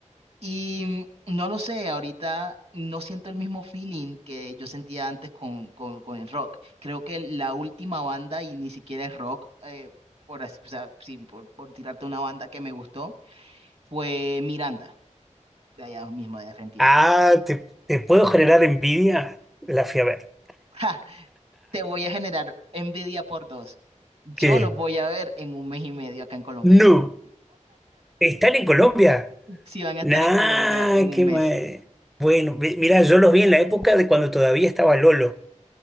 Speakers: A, on the right (about 50°); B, in the centre.
A: Y no lo sé, ahorita no siento el mismo feeling que yo sentía antes con, con, con el rock. Creo que la última banda, y ni siquiera es rock, eh, por, así- o sea, sí, por, por tirarte una banda que me gustó, fue Miranda, de allá mismo de Argentina.
B: Ah, ¿te, te puedo generar envidia? La fui a ver.
A: <laughs> ¡Ja! Te voy a generar envidia por dos. Yo
B: ¿Qué?
A: los voy a ver en un mes y medio acá en Colombia.
B: No. ¿Están en Colombia?
A: Si van a
B: Nah,
A: estar en Colombia en un
B: qué
A: mes.
B: mal. Bueno, mi- mirá, yo los vi en la época de cuando todavía estaba Lolo.